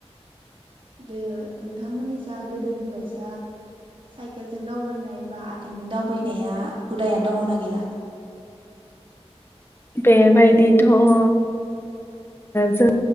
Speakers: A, on the right; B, on the left.
A: दो नोंथांमोननि जा गोदोनि बायसा साइकेलजों दावबायनाय एबा आथिंजों दावबायनाया हुदाया दङना गैला?
B: बेबायदिथ' ओ जों